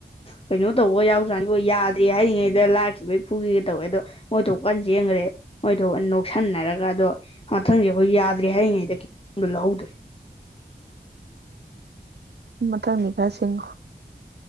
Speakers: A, on the left; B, on the right.
A: ꯀꯩꯅꯣ ꯇꯧꯕꯒ ꯌꯥꯎꯖꯥꯠꯅꯤꯉꫭ ꯌꯥꯗꯦ ꯍꯥꯏꯔꯤꯉꯩꯗ ꯂꯥꯛꯈꯤꯕꯩ ꯐꯨꯒꯦꯒꯥ ꯇꯧꯋꯦ ꯑꯗꯣ ꯃꯣꯏꯊꫭꯛ ꯀꯥꯟ ꯆꯦꯟꯒꯔꯦ ꯃꯣꯏꯊꫭꯛ ꯂꯧꯁꯟꯅꯔꯒ ꯑꯗꯣ ꯃꯊꯪ ꯑꯩꯈꯣꯏ ꯌꯥꯗ꯭ꯔꯦ ꯍꯥꯏꯔꯤꯉꯩꯗ ꯀꯤꯍꫭꯝꯗꯣ ꯂꯧꯍꯧꯗꫪꯦ
B: ꯃꯊꯪꯗꯤ ꯈꯔ ꯁꯤꯡꯉꯣ